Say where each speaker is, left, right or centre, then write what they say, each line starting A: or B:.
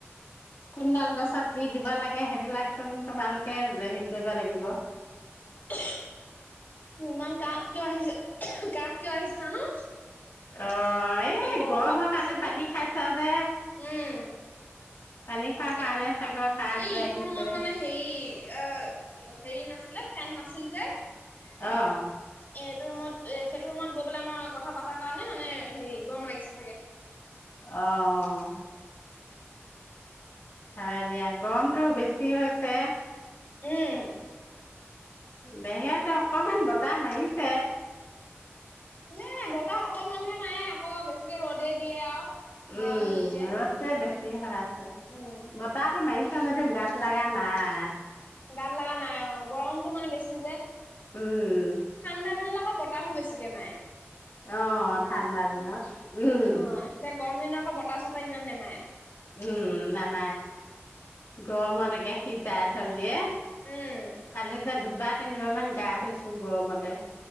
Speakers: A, on the left; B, on the left.
A: কোনডাল গছত কি দিবা লাগে সেইবিলাকন তোমালোকে হেৰি কৰিব লাগিব
B: উ ইমান কাহ কিয় আহিছে কাহ কিয় আহিছে জানো
A: অ এই
B: গৰমত
A: গৰমৰ কাৰণে
B: আছিলো
A: পানী খাইছা যে
B: উম,
A: পানী খোৱাৰ
B: এ
A: কাৰণে চাগৰ কাহটো
B: এই ইটো
A: আহিছে
B: ৰুমত মানে হেৰি হেৰি নাছিলে ফেন নাছিল যে
A: অ
B: এ এইটো ৰুমত এ সেইটো ৰুমত গৈ পেলাই মই কথা পাতাৰ কাৰণে মানে হেৰি গৰম লাগিছে চাগে
A: আহ অ দিয়া গৰমতটো বেছি হৈছে
B: উম
A: বেহত ত অকণমান বতাহ মাৰিছ
B: হে বতাহ অকল মানুহে মাৰে আকৌ বেছিকে ৰ'দ দিয়ে আৰু গৰম
A: উম
B: দি দিয়ে
A: ৰ'দ তে বেছি হৈ আছে
B: উম,
A: বতাহটো মাৰি যদিও গাত লগা নাই
B: গাল লগা নাই অ গৰমতটো মানে বেছি যায়
A: উম
B: ঠাণ্ডা দিন বতাহো বেছিকে মায়ে
A: আহ ঠাণ্ডা দিনত উম
B: অ' এতিয়া গৰম দিনত আকৌ বতাহ ইমান নেমায়
A: উম নাম গৰমত একে সিজাই থৈ দিয়ে
B: উম,
A: কালি যে দুবাৰ তিনিবাৰ মান গা ধুইছো গৰমতে